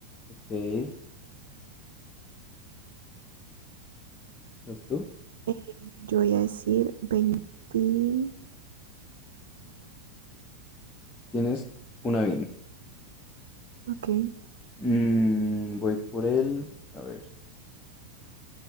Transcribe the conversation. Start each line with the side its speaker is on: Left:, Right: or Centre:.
Left: Ok. ¿Vas tú?
Right: Eh, yo voy a decir veintiuno,
Left: Tienes una bien.
Right: ok,
Left: Mm, voy por el. A ver.